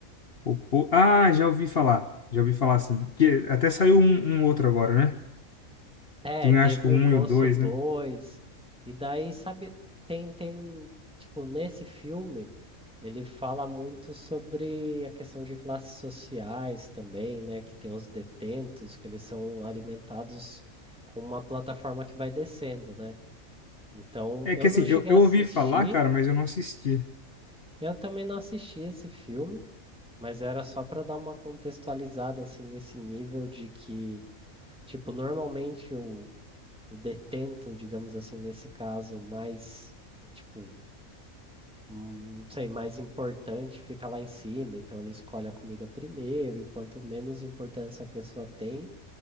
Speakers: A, on the left (about 45°); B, in the centre.
A: Pô, pô- Ah, já ouvi falar. Já ouvi falar assim. Que até saiu um, um outro agora, né?
B: É,
A: Tem
B: teve
A: acho que o um
B: o Poço
A: e o dois,
B: 2
A: né?
B: e daí, sabe, tem, tem, tipo, nesse filme, ele fala muito sobre a questão de classes sociais também, né, que tem os detentos, que eles são alimentados com uma plataforma que vai descendo, né? Então,
A: É
B: eu
A: que assim,
B: não
A: eu,
B: cheguei
A: eu
B: a assistir,
A: ouvi falar, cara, mas eu não assisti.
B: eu também não assisti esse filme, mas era só para dar uma contextualizada, assim, nesse nível de que, tipo, normalmente o o detento, digamos assim, nesse caso, mais, tipo, hum, não sei, mais importante fica lá em cima, então ele escolhe a comida primeiro, e quanto menos importância a pessoa tem,